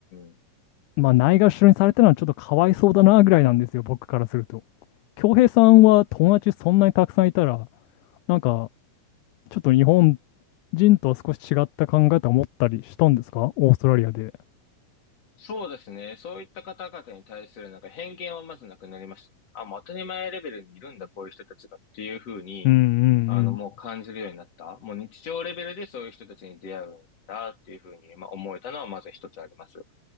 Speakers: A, on the left; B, on the left.
A: ん。
B: まあ、ないがしろにされたのはちょっとかわいそうだなぐらいなんですよ、僕からすると。恭平さんは友達そんなにたくさんいたら、なんかちょっと日本人とは少し違った考え方を持ったりしたんですかオーストラリアで。
A: そうですね。そういった方々に対するなんか偏見はまずなくなりました。あ、もう当たり前レベルにいるんだ、こういう人たちがっていうふうに、
B: うんう
A: あの、もう感じるようになった。
B: ん
A: もう日常レベルでそういう人たちに出会うんだっていうふうに、まあ、思えたのはまず一つあります。